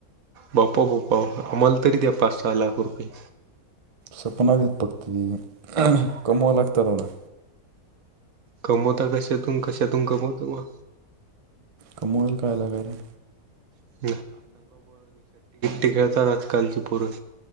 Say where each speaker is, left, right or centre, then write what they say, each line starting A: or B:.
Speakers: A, on the right (about 70°); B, on the right (about 30°).
A: बाप्पा बापा मल तरी द्या पाच सहा लाख रुपये
B: सपनात हेच पडतील कमवाला लागता दादा.
A: कमवता कशातून कशातून कमवतो बा.
B: कमवायल काय लागालय
A: <unintelligible> खेळतात आजकालची पोरं.